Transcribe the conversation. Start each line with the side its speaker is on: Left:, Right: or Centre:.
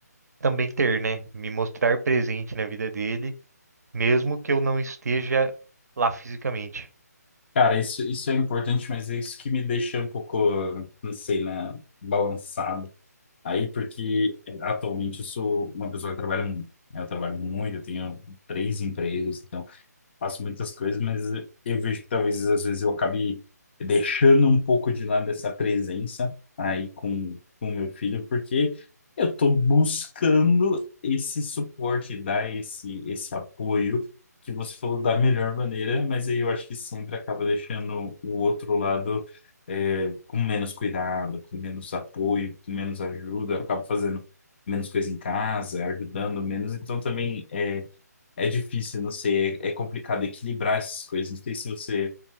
Right: também ter, né? Me mostrar presente na vida dele, mesmo que eu não esteja lá fisicamente.
Left: Cara, isso, isso é importante, mas é isso que me deixa um pouco, não sei, né, balançado aí, porque eh, atualmente eu sou uma pessoa que trabalha muito, né? Eu trabalho muito, eu tenho três empregos, então faço muitas coisas, mas eu vejo que talvez às vezes eu acabe deixando um pouco de lado essa presença aí com com o meu filho, porque eu estou buscando esse suporte, dar esse, esse apoio que você falou da melhor maneira, mas aí eu acho que sempre acaba deixando o outro lado é, com menos cuidado, com menos apoio, com menos ajuda, acaba fazendo menos coisa em casa, ajudando menos, então também é é difícil, não sei, é, é complicado equilibrar essas coisas. Não sei se você